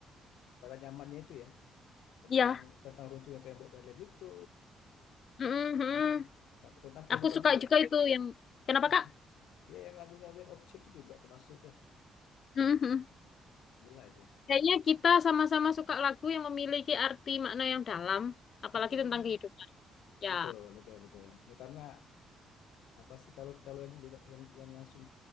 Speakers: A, on the left; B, on the left.
A: pada zamannya itu ya tentang
B: Ya,
A: tentang runtuhnya tembok Berlin itu,
B: mm, mm.
A: Mm-mm. Sama- tentang kehidupan
B: Aku suka
A: juga
B: juga
A: lah.
B: itu yang kenapa
A: Nah,
B: Kak?
A: Ya yang lagunya Wind of Change itu juga termasuk lah,
B: Mm, mm.
A: gila itu.
B: Kayaknya kita sama-sama suka lagu yang memiliki arti makna yang dalam, apalagi
A: Mm-mm.
B: tentang kehidupan. Ya,
A: Betul, betul, betul. Ya karena apa sih kalau kalau yang yang, yang langsung